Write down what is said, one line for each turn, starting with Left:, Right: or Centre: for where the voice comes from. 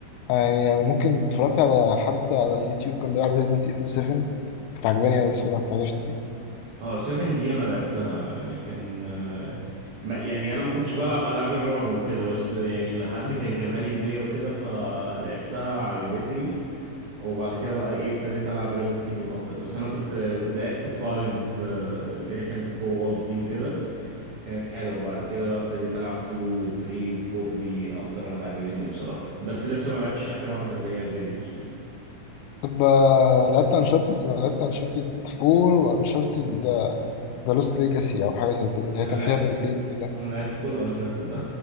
Left: يعني أنا ممكن اتفرجت على حد على يوتيوب كان بيلعب Resident Evil 7 كانت عجباني أوي الصراحة كنت عايز أشتريه
Right: اه 7 دي انا لعبتها يعني كان آه، ما- يعني انا ما كنتش بلعب العاب الرعب وكده بس يعني حد
Left: مم.
Right: كان جابها لي هديه وكده فلعبتها عجبتني وبعد كده بقى ايه ابتديت العب ريزيدنت ايفل اكتر بس انا كنت آه، لعبت 5 آه، اللي هي كانت كو اوب دي وكده كانت حلوة بعد كده بقى ابتديت ألعب 2 و 3 و 4 دي أكتر واحدة عجبتني بصراحة بس لسه ما لعبتش آخر واحدة اللي هي فيليج دي
Left: طب آه، لعبت انشارتد انا لعبت انشارتد 4 وانشارتد ذا لوست ليجاسي او حاجه زي كده اللي هي
Right: أنا
Left: كان
Right: لعبت
Left: فيها بنتين كده
Right: أنا لعبت كل أنشارتد